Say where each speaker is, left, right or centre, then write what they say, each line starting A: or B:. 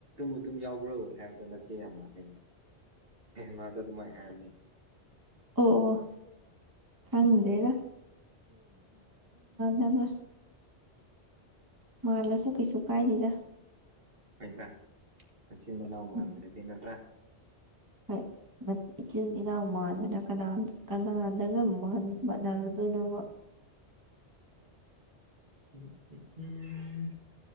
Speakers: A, on the right; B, on the right.
A: ꯑꯗꯨꯝ ꯌꯥꯎꯕ꯭ꯔꯣ ꯍꯥꯏꯕꯗꯣ ꯅꯆꯦ ꯌꯥꯝ ꯃꯥꯥꯟꯂꯩ ꯃꯥꯁꯨ ꯑꯗꯨꯃꯥꯏꯅ ꯍꯥꯏꯔꯝꯃꯦ
B: ꯑꯣ ꯑꯣ ꯈꯪꯗ꯭ꯔꯦꯗ ꯗꯕ꯭ꯔ ꯃꯥꯜꯂꯁꯨ ꯀꯩꯁꯨ ꯀꯥꯏꯗꯦꯗ
A: ꯑꯣꯏꯣꯏꯗ ꯆꯤꯟꯃ ꯅꯎ ꯃꯥꯥꯟ꯭ꯔꯦꯗꯅꯂ꯭ꯔꯥ
B: ꯎꯝ ꯍꯣꯏ ꯃ ꯏꯆꯤꯟꯗꯤꯅ ꯃꯥꯥꯟꯗꯅ ꯀꯅꯥ ꯀꯅꯥꯗꯒ ꯃꯥꯅꯔꯗꯨꯅꯣꯕ
A: ꯎꯝ ꯎꯝ ꯎꯝ